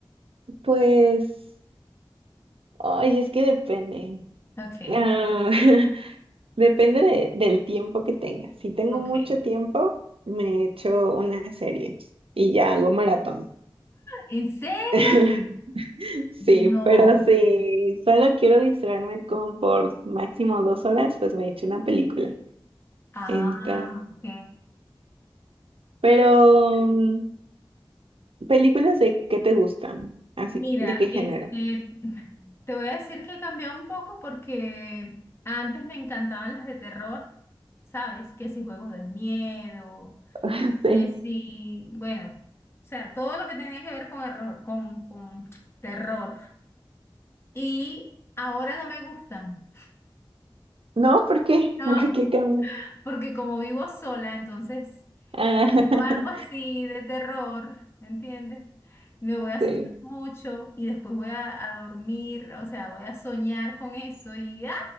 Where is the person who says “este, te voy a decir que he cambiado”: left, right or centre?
Left